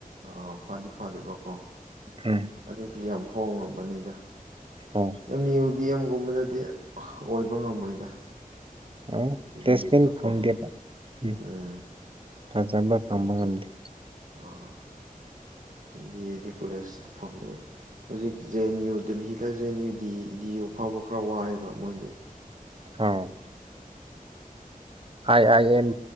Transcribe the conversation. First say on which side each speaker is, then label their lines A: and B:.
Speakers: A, on the right; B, on the right.
A: ꯑꯥ ꯐꯗꯤ ꯐꯗꯦꯕꯀꯣ
B: ꯎꯝ
A: ꯑꯗꯨꯗꯤ ꯌꯥꯝ ꯍꯣꯡꯉꯕꯅꯤꯗ
B: ꯍꯣꯏ
A: ꯑꯦꯝ ꯌꯨ ꯗꯤ ꯑꯦꯝꯒꯨꯝꯕꯗꯗꯤ ꯑꯣꯏꯕ ꯉꯝꯃꯣꯏꯗ
B: ꯑ
A: ꯕꯤꯖꯤꯅꯦꯁꯇꯣ
B: ꯄ꯭ꯂꯦꯁꯃꯦꯟ ꯐꯗꯕ
A: ꯀꯣ
B: ꯎ
A: ꯎꯝ
B: ꯐꯖꯕ ꯐꯪꯕ
A: ꯑꯗꯨ
B: ꯉꯝꯗꯦ
A: ꯑꯥ M B A D college ꯑꯐꯕꯗ ꯑꯣꯏ ꯍꯧꯖꯤꯛ ꯖꯦ ꯑꯦꯟ ꯌꯨ ꯗꯦꯜꯂꯤꯗ ꯖꯦ ꯑꯦꯟꯨꯗꯤ ꯗꯤ ꯌꯨ ꯐꯥꯎꯕ ꯐꯧꯕ ꯈꯔ ꯋꯥꯏꯑꯦꯕ ꯃꯣꯏꯗꯤ
B: ꯑ ꯑꯥꯏ ꯑꯥꯏ ꯑꯦꯝ